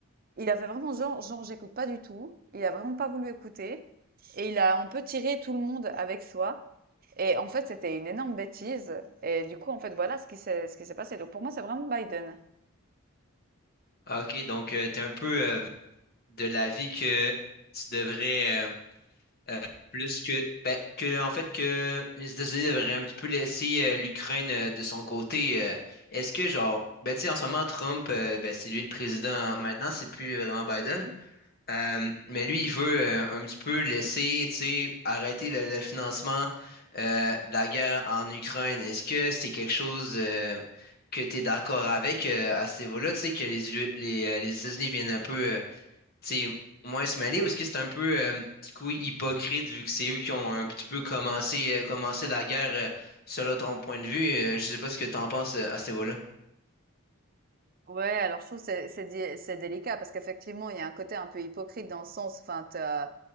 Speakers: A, on the right (about 45°); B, on the left (about 45°).
A: il a fait vraiment genre genre: «J'écoute pas du tout». Il a vraiment pas voulu écouter et il a un peu tiré tout le monde avec soi. Et en fait, c'était une énorme bêtise. Et du coup, en fait, voilà ce qui s'est, ce qui s'est passé. Donc pour moi, c'est vraiment Biden.
B: Ah, Ok, donc tu t'es un peu euh, de l'avis que tu devrais euh, euh, plus que ben, que en fait que les États-Unis devraient un petit peu laisser euh, l'Ukraine euh, de son côté. euh. Est-ce que genre ben tu sais en ce moment Trump euh, ben, c'est lui le président maintenant, c'est plus euh, vraiment Biden.
A: Mhm.
B: Euh, mais lui, il veut euh, un petit peu laisser, tu sais, arrêter le, le financement euh, de la guerre en Ukraine. Est-ce que c'est quelque chose euh, que tu es d'accord avec euh, à ce niveau-là, tu sais, que les, U- les, euh, les États-Unis viennent un peu, euh, tu sais, moins se mêler, ou est-ce que c'est un peu, euh, du coup, hypocrite vu que c'est eux qui ont un petit peu commencé, euh, commencé la guerre euh, selon ton point de vue? Euh, je sais pas ce que tu en penses euh, à ce niveau-là.
A: Ouais, alors je trouve que c'est c'est di- c'est délicat parce qu'effectivement, il y a un côté un peu hypocrite dans le sens, enfin, t'as-